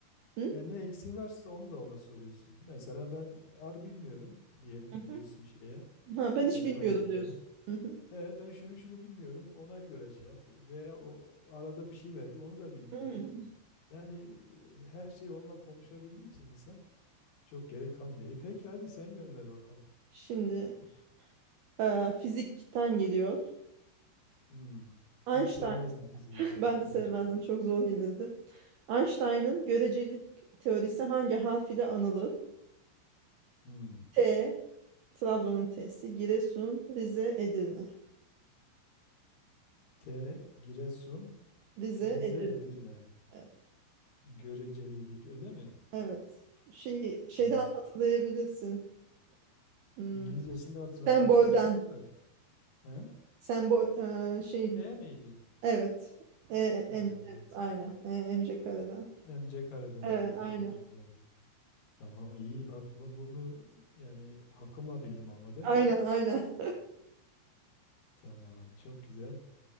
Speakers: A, on the right (about 75°); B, on the left (about 60°).
A: Hı?
B: Yani ne eksiğin varsa onu da ona soruyorsun. Mesela ben ar bilmiyorum diyelim
A: Hı hı.
B: diyorsun şeye,
A: Ha, ben hiç
B: yapay
A: bilmiyordum
B: zekaya.
A: diyorsun. Hı hı.
B: E ben şunu şunu bilmiyorum ona göre şey yap. Veya o arada bir şey verdi onu da bilmiyorum.
A: Hı.
B: Yani e, her şeyi onunla konuşabildiği için insan çok gerek kalmıyor. E peki hadi sen gönder bakalım.
A: Şimdi Ee, fizikten geliyor.
B: Hmm.
A: Einstein,
B: Hiç sevmezdim fiziği
A: <laughs>
B: ge-
A: ben de
B: gençken.
A: sevmezdim çok zor gelirdi. Einstein'ın görecelik teorisi hangi harf ile anılır?
B: Hmm.
A: T, Trabzon'un T'si, Giresun, Rize, Edirne.
B: T. Giresun,
A: Rize,
B: Rize,
A: Edirne.
B: Edirne.
A: Evet.
B: Görecelilik öyle mi?
A: Evet. Şey, şeyden
B: He.
A: hatırlayabilirsin. Hmm,
B: İngilizcesini de hatırlamaya
A: sembolden.
B: çalışıyorum da. He?
A: Sembol, e, şey,
B: E miydi?
A: evet. E,
B: Evet.
A: em, evet, aynen. E, emce kareden.
B: M C kareden
A: E,
B: evet
A: aynen.
B: oradan hatırladım. Tamam iyi bak bu- bunu yani hakkımla bildim ama değil
A: Aynen,
B: mi?
A: aynen. <laughs>
B: Tamam çok güzel.